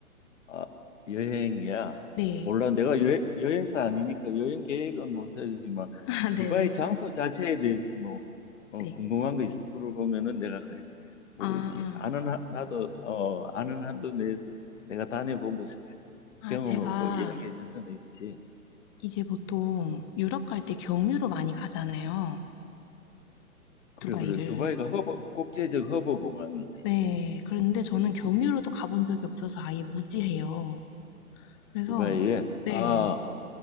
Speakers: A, on the left (about 55°); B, on the left (about 20°).
A: 아, 여행이야?
B: 네.
A: 몰라. 내가 여, 여행사 아니니까 여행 계획은 못 세우지만,
B: <laughs> 아, 네네.
A: 두바이 장소 자체에 대해서 뭐, 어,
B: 네.
A: 궁금한 거 있으면 물어보면은 내가 가르쳐, 뭐,
B: 아,
A: 이렇게 아는, 한- 나도, 어, 아는 한도 내에서 내가 다녀본 곳
B: 아,
A: 경험을
B: 제가
A: 뭐 이야기해 줄 수는 있지.
B: 이제 보통 유럽 갈 때 경유로 많이 가잖아요.
A: 그래,
B: 두바이를.
A: 그래. 두바이가 허브, 국제적 허브 공항이지.
B: 네. 그런데 저는
A: 음,
B: 경유로도 가본 적이 없어서 아예 무지해요. 그래서,
A: 두바이에.
B: 네.
A: 아,